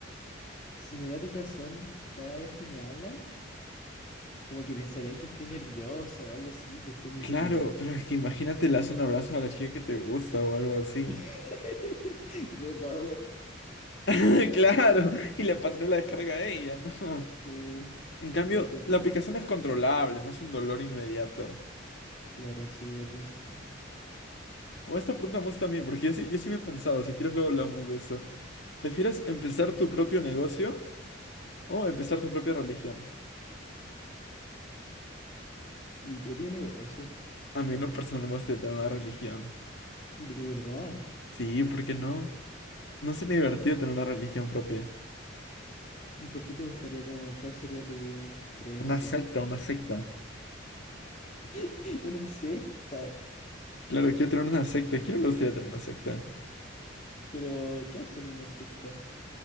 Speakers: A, on the left; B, on the left.
A: si me da picazón cada vez que me hablan, como que pensarían que estoy nervioso o algo así, que estoy mintiendo.
B: Claro, pero es que imagínate, le das un abrazo a la chica que te gusta o algo así.
A: <laughs>
B: <laughs> Claro, y le pasaré la descarga a ella, ¿no?
A: Sí,
B: En cambio,
A: no, terrible.
B: la picazón es controlable, no es un dolor inmediato.
A: Claro, sí, igual tiene sentido.
B: O esta pregunta me gusta a mí, porque yo sí, yo sí me he pensado, si quieres luego hablamos de eso. ¿Prefieres empezar
A: Mm.
B: tu propio negocio o empezar tu propia religión?
A: Mi propio negocio.
B: A mí en lo personal me gusta tener una religión.
A: De verdad.
B: Sí, ¿por qué no? No sería divertido tener una religión propia.
A: ¿Y por qué te gustaría como, cuál sería tu, tu creencia?
B: Una secta, una secta.
A: <laughs> Una secta.
B: Claro, quiero tener una secta. ¿A ¿Quién no le gustaría tener una secta? En
A: Pero, ¿qué hacen en una secta?